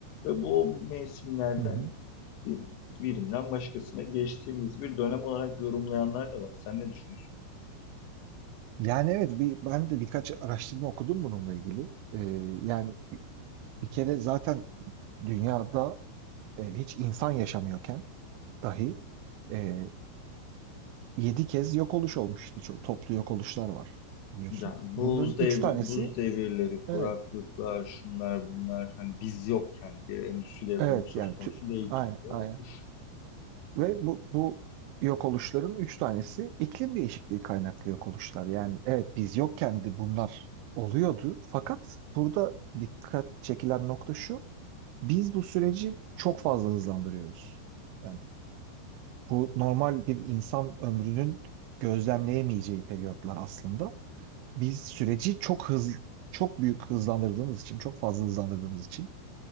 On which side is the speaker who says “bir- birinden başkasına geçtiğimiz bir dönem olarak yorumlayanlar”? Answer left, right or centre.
Left